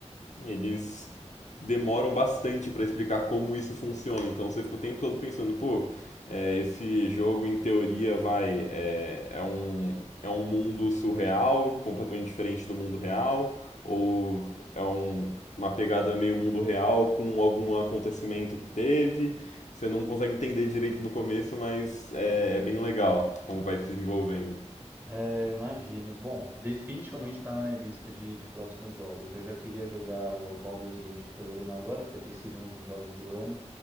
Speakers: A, on the left; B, on the right.
A: eles demoram bastante para explicar como isso funciona. Então você fica o tempo todo pensando, pô, é, esse jogo em teoria vai é, é um é um mundo surreal, completamente diferente do mundo real, ou é um, uma pegada meio mundo real com algum acontecimento que teve. Você não consegue entender direito no começo, mas é, é bem legal como vai se desenvolvendo.
B: É, imagina. Bom, definitivamente tá na minha lista de, de próximos jogos. Eu já queria jogar o Baldur's Gate que eu tô jogando agora, por ter sido um dos jogos do ano,